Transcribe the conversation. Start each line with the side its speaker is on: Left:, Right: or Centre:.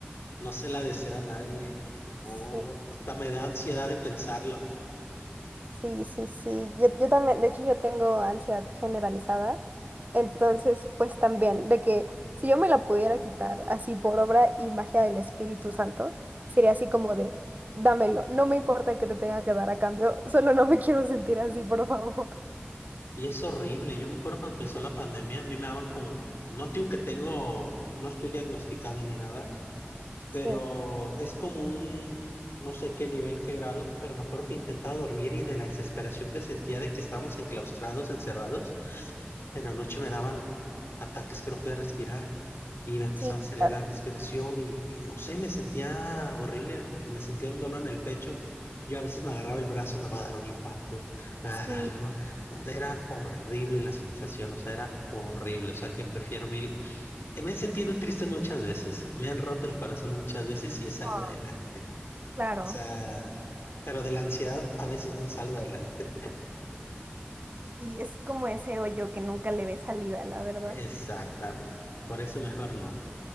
Left: no se la deseo a nadie. No,
Right: Sí.
Left: no, hasta me da ansiedad de pensarlo.
Right: Sí, sí, sí. Yo, yo también, de hecho, yo tengo ansiedad generalizada. Entonces, pues también, de que si yo me la pudiera quitar así por obra y magia del Espíritu Santo, sería así como de, dámelo, no me importa que te tenga que dar a cambio, solo no me <laughs> quiero sentir así, por favor.
Left: Sí, es horrible. Yo me acuerdo cuando empezó la pandemia, a mí me daban como, no digo que tengo, no estoy diagnosticado ni nada, pero
Right: Sí,
Left: es como un, no sé qué nivel, qué grado, pero me acuerdo que intentaba dormir y de la desesperación que sentía de que estábamos enclaustrados, encerrados, en la noche me daban ataques que no podía respirar y me empezaba
Right: sí,
Left: a acelerar
Right: claro.
Left: la respiración y, y no sé, me sentía horrible, me sentía un dolor en el pecho. Yo a veces me agarraba el brazo, me va a dar un infarto, me
Right: Sí,
Left: va a dar algo. No, Era horrible la sensación, o sea, era horrible. O sea, que prefiero mil me he sentido triste muchas veces, me han roto el corazón muchas veces y he salido
Right: ah,
Left: adelante.
Right: Claro,
Left: O sea, pero de la ansiedad a veces no salgo adelante.
Right: sí, es como ese hoyo que nunca le ve salida, la verdad.
Left: Exactamente, por eso mejor no.